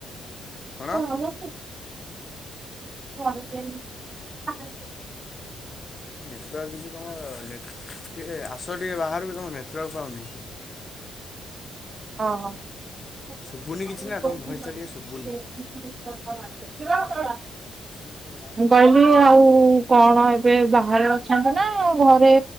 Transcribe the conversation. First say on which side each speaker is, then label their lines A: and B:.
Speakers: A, on the right; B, on the left.
A: <unintelligible>
B: କଣ? ହଁ ନେଟୱାର୍କ କିଛି ତମ ଟିକେ ଆସ ଟିକେ ବାହାରୁ ବି ତୁମ ନେଟୱାର୍କ ପାଉନି।
A: ଓଁ ହଁ ହଁ <unintelligible>
B: ଶୁଭୁନି କିଛି ନା ତମ ଭଏସଟା ଟିକେ ଶୁଭୁନି। <unintelligible>
A: ମୁଁ କହିଲି ଆଉ କଣ ଏବେ ବାହାରେ ଅଛନ୍ତି ନା, ଘରେ